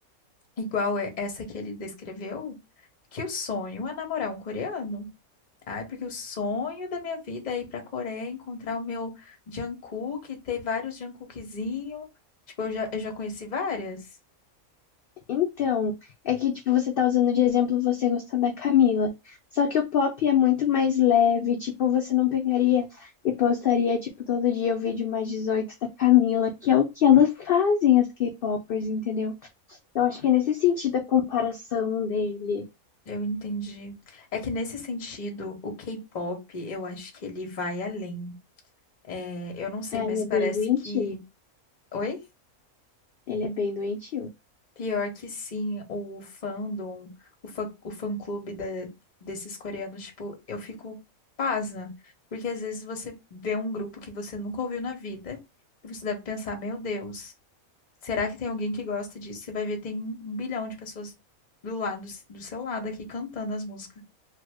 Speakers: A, on the left; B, on the left.
A: igual é essa que ele descreveu, que o sonho é namorar um coreano. Ai, porque o sonho da minha vida é ir pra Coreia, encontrar o meu Jungkook, ter vários Jungkookzinho. Tipo, eu já, eu já conheci várias.
B: Então, é que, tipo, você tá usando de exemplo você gostar da Camila. Só que o pop é muito mais leve, tipo, você não pegaria e postaria, tipo, todo dia o vídeo mais 18 da Camila, que é o que elas fazem, as K-popers, entendeu? Eu acho que é nesse sentido a comparação dele.
A: Eu entendi. É que nesse sentido, o K-pop, eu acho que ele vai além. É, eu não sei,
B: Ah,
A: mas
B: ele é
A: parece
B: bem doentio.
A: que. Oi?
B: Ele é bem doentio.
A: Pior que sim, o fandom, o fã, o fã-clube da- desses coreanos, tipo, eu fico pasma. Porque às vezes você vê um grupo que você nunca ouviu na vida e você deve pensar, meu Deus, será que tem alguém que gosta disso? Você vai ver, tem um um bilhão de pessoas do lado, do seu lado aqui cantando as músicas.